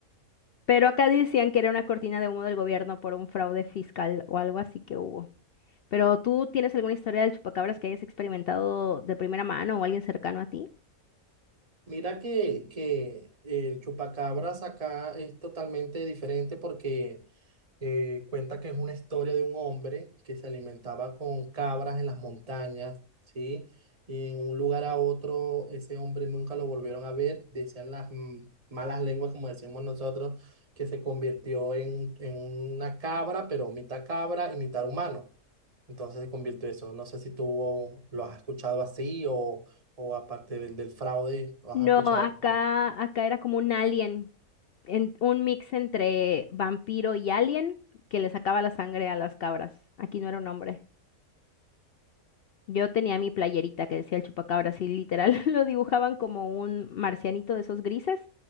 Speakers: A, on the left; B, on the right.
A: Pero acá decían que era una cortina de humo del gobierno por un fraude fiscal o algo así que hubo. Pero ¿tú tienes alguna historia del chupacabras que hayas experimentado de primera mano o alguien cercano a ti?
B: Mira que, que el chupacabras acá es totalmente diferente porque eh, cuenta que es una historia de un hombre que se alimentaba con cabras en las montañas, ¿sí? Y en un lugar a otro, ese hombre nunca lo volvieron a ver, decían las mm, malas lenguas, como decimos nosotros, que se convirtió en, en una cabra, pero mitad cabra y mitad humano. Entonces se convirtió eso. No sé si tú lo has escuchado así o, o aparte del, del fraude, lo
A: No,
B: has escuchado.
A: acá, acá era como un alien, en- un mix entre vampiro y alien que le sacaba la sangre a las cabras. Aquí no era un hombre. Yo tenía mi playerita que decía el chupacabras y literal <laughs> lo dibujaban como un marcianito de esos grises,